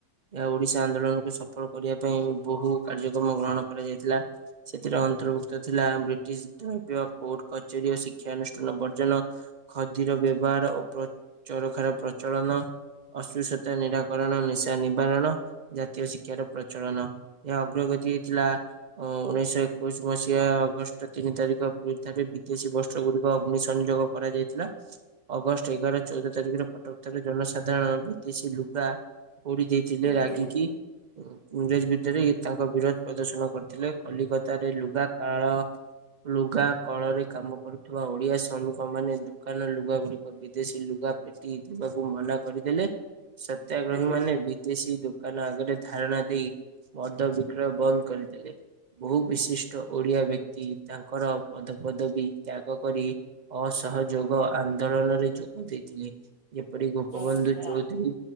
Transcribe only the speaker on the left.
ହୁଁ
ହୁଁ
ଆଚ୍ଛା